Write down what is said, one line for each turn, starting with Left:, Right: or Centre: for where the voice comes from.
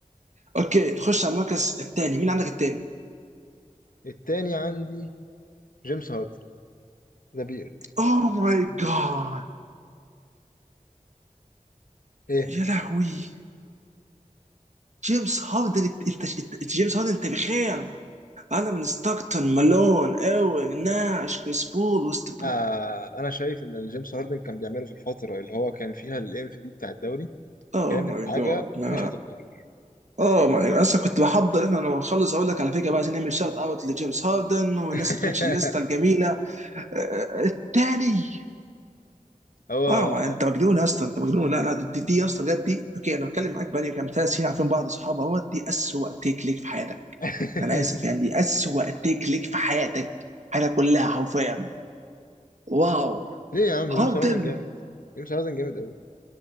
Right: اوكي تخش على المركز الثاني مين عندك الثاني؟
Left: التاني عندي جيمس هاردن ذا بيرد
Right: اوه ماي جاد
Left: ايه
Right: يا لهوي جيمس هاردن انت انت أنت- جيمس هاردن انت بخير انا من ستاكتون مالون اوين ناش كريس بول وست
Left: آه انا شايف ان الجيمس هاردن كان بيعمله في الفتره اللي هو كان فيها الام في بي بتاع الدوري
Right: اوه
Left: كانت
Right: ماي
Left: حاجة
Right: جاد ما
Left: مش هتتكرر
Right: اوه ماي جاد اصلا كنت بحضر احنا لما نخلص اقول لك على فكره بقى عايزين نعمل شوت اوت لجيمس هاردن والناس
Left: <laughs>
Right: اللي تغيرش الليسته الجميله آه، آه، التاني
Left: هو
Right: اه ما انت مجنون يا اسطى انت مجنون لا لا دي دي يا اسطى بجد دي اوكي انا بتكلم معاك بقالي كام ثلاث سنين عارفين بعض اصحاب اهوت دي اسوأ تيك ليك في حياتك
Left: <laughs>
Right: انا اسف يعني دي اسوأ تيك ليك في حياتك حياتك كلها حرفيا واو
Left: ليه يا عم جيمس
Right: هاردن
Left: هاردن جامد جيمس هاردن جامد قوي